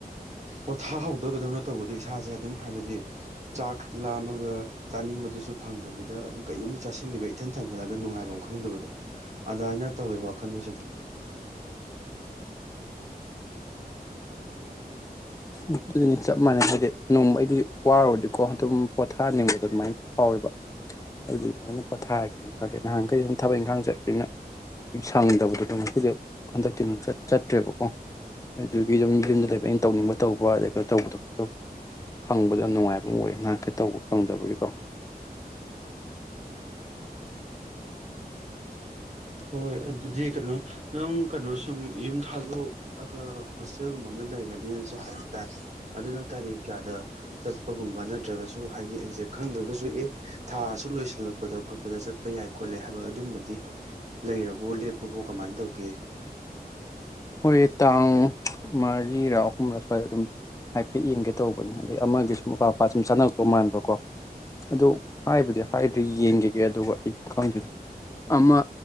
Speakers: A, on the right; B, on the left.
A: ꯄꯣꯊꯥꯍꯧꯗꯕꯗꯧꯅ ꯇꯧꯕꯗ ꯏꯁꯥꯁꯦ ꯑꯗꯨꯝ ꯍꯥꯏꯕꯗꯤ ꯆꯥꯛ ꯂꯥꯝꯃꯒ ꯆꯥꯅꯤꯡꯕꯗꯨꯁꯨ ꯐꯪꯗꯕꯤꯗ ꯑꯗꯨꯝ ꯀꯩꯅꯣꯝꯇ ꯆꯥꯁꯤꯟꯈꯤꯕ ꯏꯊꯟ ꯊꯥꯡꯒꯠꯂꯒ ꯅꯨꯡꯉꯥꯏꯕ ꯑꯃ ꯈꯪꯗꯕꯗꯣ ꯑꯗꯨꯗ ꯑꯥꯏꯅ ꯇꯧꯋꯦ ꯋꯥꯈꯟꯗꯣ ꯁꯨꯝ
B: ꯑꯗꯨꯅꯤ ꯆꯞ ꯃꯥꯟꯅꯩ ꯍꯥꯏꯗꯤ ꯅꯣꯡꯃ ꯑꯩꯗꯨꯗꯤ ꯋꯥꯔꯨꯔꯗꯤ ꯀꯣ ꯑꯗꯨꯝ ꯄꯣꯊꯥꯅꯤꯡꯕꯗꯣ ꯑꯗꯨꯃꯥꯏꯅ ꯐꯥꯎꯋꯦꯕ ꯑꯗꯨꯗꯤ ꯐꯖꯅ ꯄꯣꯊꯥꯔꯒꯦꯅ ꯈꯔꯦ ꯅꯍꯥꯟꯈꯩ ꯁꯨꯝ ꯊꯕꯛ ꯏꯪꯈꯥꯡ ꯆꯠꯄꯅꯤꯅ ꯁꯥꯡꯅꯤꯡꯗꯕꯗꯨꯗ ꯃꯁꯤꯗ ꯍꯟꯗꯛꯇꯤ ꯆꯠꯇ꯭ꯔꯦꯕꯀꯣ ꯑꯗꯨꯒꯤ ꯑꯗꯨꯝ ꯌꯨꯝꯗ ꯂꯩꯕ ꯑꯩꯅ ꯇꯧꯅꯤꯡꯕ ꯇꯧꯕ ꯑꯗꯩ ꯈꯔ ꯇꯧꯕꯗꯣ ꯑꯗꯨ ꯐꯪꯕꯗ ꯅꯨꯡꯉꯥꯏꯕ ꯑꯃ ꯑꯣꯏꯌꯦ ꯉꯍꯥꯛ ꯀꯩ ꯇꯧꯕ ꯐꯪꯗꯕꯒꯤꯀꯣ
A: ꯍꯣꯏ ꯑꯗꯨꯗꯤ ꯀꯩꯅꯣ ꯅꯪ ꯀꯩꯅꯣ ꯁꯨꯝ ꯌꯨꯝ ꯊꯥꯗꯣꯛꯑꯒ ꯍꯣꯁꯇꯦꯜꯒꯨꯝꯕ ꯑꯃꯗ ꯂꯩꯔꯅꯤꯅꯁꯨ ꯍꯥꯏꯔꯞ ꯇꯥꯏ ꯑꯗꯨꯅ ꯇꯥꯔꯤꯛ ꯀꯌꯥꯗ ꯆꯠꯄꯒꯨꯝꯕ ꯅꯠꯇ꯭ꯔꯥꯒꯁꯨ ꯍꯥꯏꯗꯤ ꯑꯦꯛꯖꯦꯛ ꯈꯪꯗ꯭ꯔꯥꯒꯁꯨ ꯑꯦ ꯊꯥ ꯑꯁꯨꯛ ꯂꯣꯏꯁꯤꯜꯂꯛꯄꯗ ꯈꯣꯠꯄꯗ ꯆꯠꯄ ꯌꯥꯏ ꯈꯣꯠꯂꯦ ꯍꯥꯏꯕ ꯑꯗꯨꯝꯕ ꯗꯤ ꯂꯩꯔꯕꯣ ꯂꯦꯞꯄꯕꯣ ꯀꯃꯥꯏꯟ ꯇꯧꯒꯦ
B: ꯍꯣꯏ ꯇꯥꯡ ꯃꯔꯤꯔꯥ ꯑꯍꯨꯝꯂꯥ ꯁ꯭ꯋꯥꯏꯗ ꯑꯗꯨꯝ ꯍꯥꯏꯐꯦꯠ ꯌꯦꯡꯒꯦ ꯇꯧꯕꯅꯦ ꯑꯗꯩ ꯑꯃꯒꯤ ꯁꯨꯝ ꯃꯄꯥ ꯃꯄꯥ ꯁꯨꯝ ꯆꯥꯅꯔꯛꯇꯧ ꯃꯥꯟꯕꯀꯣ ꯑꯗꯨ ꯍꯥꯏꯕꯨꯗꯤ ꯍꯥꯏꯗꯔꯤ ꯌꯦꯡꯒꯤꯒꯦ ꯑꯗꯨꯒ ꯑꯩ ꯈꯪꯗꯦꯗ ꯑꯃ